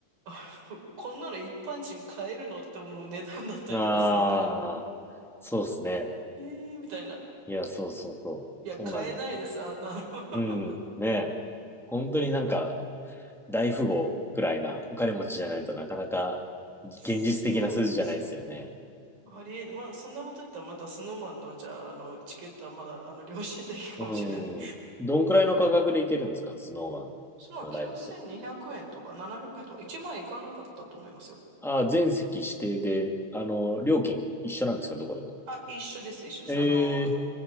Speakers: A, on the right; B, in the centre.
A: <laughs> こんなの一般人買えるのって思う値段だったりとかするから、
B: ん。ああ、そうですね。
A: えーみたいな。
B: いや、そうそうそう。
A: いや、
B: そうなの。
A: 買えないです、あんなの。
B: うん。
A: <laughs>
B: ねえ。本当になんか大富豪くらいなお金持ちじゃないとなかなか現実的な数字じゃないですよね。
A: そうですよ。ありえ、まあ、そんなこと言ったら、まだスノーマンの、じゃあ、あの、チケットはまだ、あの、良心的かもしれない。
B: うん。
A: <laughs>
B: どんくらいの価格でいけるんですかスノーマンのライブって。
A: その9200円とか700円とか1万円いかなかったと思いますよ。
B: ああ、全席指定で、あの、料金一緒なんですかどこでも。
A: あ、一緒です、一緒です。
B: ええ
A: あの、